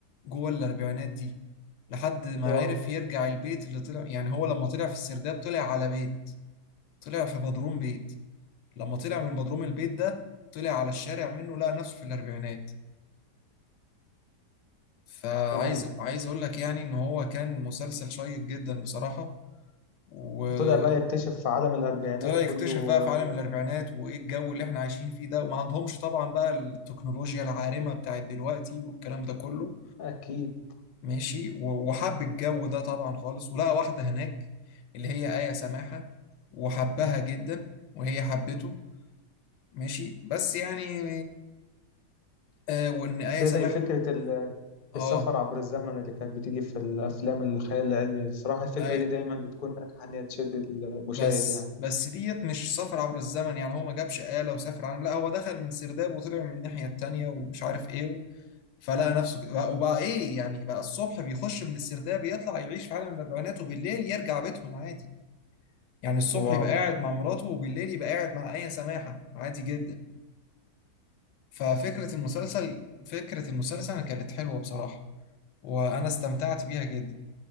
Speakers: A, on the left; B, on the left.
A: جوه الأربعينات دي لحد ما
B: واو
A: عرف يرجع البيت اللي طلع يعني هو لما طلع في السرداب طلع على بيت طلع في بدروم بيت لما طلع من بدروم البيت ده طلع على الشارع منه لقى نفسه في الأربعينات فعايز
B: تمام
A: عايز أقول لك يعني إن هو كان مسلسل شيق جدا بصراحة وطلع
B: وطلع بقى يكتشف في عالم الأربعينات
A: يكتشف
B: كله
A: بقى في عالم الأربعينات وإيه الجو اللي إحنا عايشين فيه ده وما عندهمش طبعا بقى التكنولوجيا العارمة بتاعت دلوقتي والكلام ده كله
B: أكيد
A: ماشي و- وحب الجو ده طبعا خالص ولقى واحدة هناك اللي هي آية سماحة وحبها جدا وهي حبته ماشي بس يعني آه والنهاية
B: ده
A: سامحة
B: زي فكرة ال-
A: اه
B: السفر عبر الزمن اللي كانت بتيجي في الأفلام الخيال العلمي الصراحة الفكرة
A: اي
B: دي دايما بتكون ناجحة إن هي تشد المشاهد
A: بس
B: يعني
A: بس ديت مش سفر عبر الزمن يعني هو ما جابش آلة وسافر عن لا هو دخل من سرداب وطلع من الناحية التانية ومش عارف ايه فلقى نفسه كده بقى- وبقى ايه يعني بقى الصبح بيخش من السرداب يطلع يعيش في عالم الاربعينات وبالليل يرجع بيتهم عادي يعني الصبح
B: واو
A: يبقى قاعد مع مراته وبالليل يبقى قاعد مع آية سماحة عادي جدا ففكرة المسلسل فكرة المسلسل كانت حلوة بصراحة وانا استمتعت بيها جدا